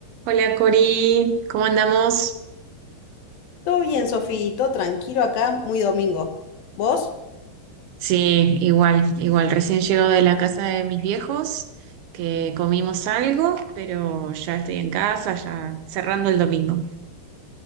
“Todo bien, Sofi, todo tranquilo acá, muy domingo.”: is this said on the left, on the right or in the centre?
Left